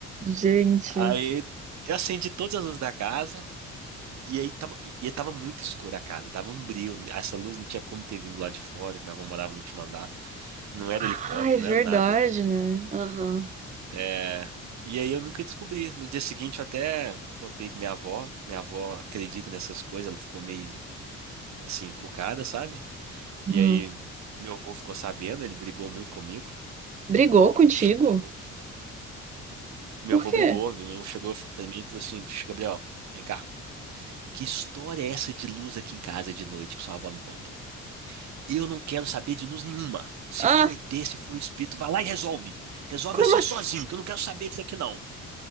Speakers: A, on the right; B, on the right.
A: Gente.
B: Aí eu acendi todas as luzes da casa e aí tava, e tava muito escura a casa, tava um brilho. Essa luz não tinha como ter vindo lá de fora, que nós morava no último andar. Não era
A: Ah,
B: helicóptero,
A: é verdade,
B: não era nada.
A: né? Aham.
B: É, E aí eu nunca descobri. No dia seguinte eu até contei pra minha avó. Minha avó acredita nessas coisas, ela ficou meio assim, encucada, sabe?
A: Hum.
B: E aí meu avô ficou sabendo, ele brigou muito comigo,
A: Brigou contigo?
B: ele me xingou muito. Meu
A: Por
B: avô
A: quê?
B: brigou, meu avô chegou pra mim e falou assim, "Puxa, Gabriel, vem cá. Que história é essa de luz aqui em casa de noite que sua avó me contou? Eu não quero saber de luz nenhuma. Se
A: Ah,
B: for ET, se for espírito, vai lá e resolve. Resolve
A: como
B: você
A: <laughs>
B: sozinho,
A: assim?
B: que eu não quero saber disso aqui, não.